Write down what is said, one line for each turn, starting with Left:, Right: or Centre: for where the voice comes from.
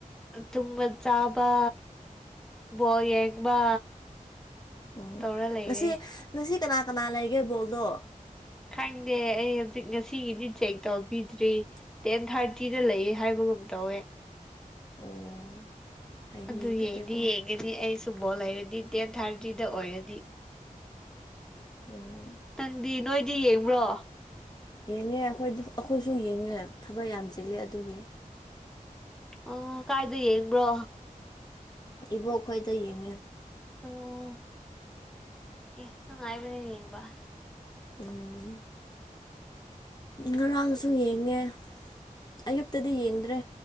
Centre: ꯇꯨꯝꯕ ꯆꯥꯕ ꯕꯣꯜ ꯌꯦꯡꯕ
Left: ꯎꯝ
Centre: ꯇꯧꯔ ꯂꯩꯔꯦ
Left: ꯉꯁꯤ ꯉꯁꯤ ꯀꯅꯥ ꯀꯅꯥ ꯂꯩꯒꯦ ꯕꯣꯜꯗꯣ
Centre: ꯈꯪꯗꯦ ꯑꯩ ꯍꯧꯖꯤꯛ ꯉꯁꯤꯒꯤꯗꯤ ꯆꯦꯛ ꯇꯧꯕꯤꯗ꯭ꯔꯤ ꯇꯦꯟ ꯊꯥꯔꯇꯤꯗ ꯂꯩꯌꯦ ꯍꯥꯏꯕꯒꯨꯝ ꯇꯧꯋꯦ
Left: ꯑꯣ ꯐꯩꯅꯦ
Centre: ꯑꯗꯨ
Left: ꯑꯗꯨꯗꯤꯀꯣ
Centre: ꯌꯦꯡꯗꯤ ꯌꯦꯡ ꯒꯅꯤ ꯑꯩꯁꯨ ꯕꯣꯜ ꯂꯩꯔꯗꯤ ꯇꯦꯟ ꯊꯥꯔꯇꯤꯗ ꯑꯣꯏꯔꯗꯤ
Left: ꯎꯝ
Centre: ꯅꯪꯗꯤ ꯅꯣꯏꯗꯤ ꯌꯦꯡꯕ꯭ꯔꯣ
Left: ꯌꯦꯡꯉꯦ ꯑꯩꯈꯣꯏ ꯑꯩꯈꯣꯏꯁꯨ ꯌꯦꯡꯉꯦ ꯊꯕꯛ ꯌꯥꯝ ꯆꯤꯜꯂꯦ ꯑꯗꯨꯒꯤ
Centre: ꯑꯣ ꯀꯥꯏꯗ ꯌꯦꯡꯕ꯭ꯔꯣ
Left: ꯏꯕꯣꯛꯈꯣꯏꯗ ꯌꯦꯡꯉꯦ
Centre: ꯑꯣ ꯑꯦ ꯅꯨꯡꯉꯥꯏꯕ꯭ꯔꯥ ꯌꯦꯡꯕ
Left: ꯎꯝ ꯉꯔꯥꯡꯁꯨ ꯌꯦꯡꯉꯦ ꯑꯌꯨꯛꯇꯗꯤ ꯌꯦꯡꯗ꯭ꯔꯦ